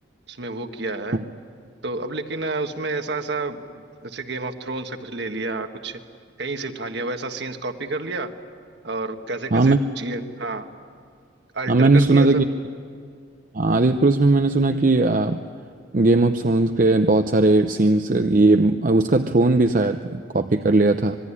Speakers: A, on the right; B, on the right.
A: उसमें वो किया है
B: हाँ,
A: तो अब लेकिन अ, उसमें ऐसा ऐसा जैसे गेम ऑफ थ्रोन्स का कुछ ले लिया कुछ कहीं से उठा लिया वैसा सीन्स कॉपी कर लिया और कैसे कैसे
B: हाँ, मैं
A: चीजें हाँ अल्टर
B: हाँ मैंने
A: कर
B: सुना
A: दिया
B: था
A: सब।
B: कि हाँ, आदिपुरुष में मैंने सुना कि गेम ऑफ थ्रोन्स के बहुत सारे सीन्स ये उसका थ्रोन भी शायद कॉपी कर लिया था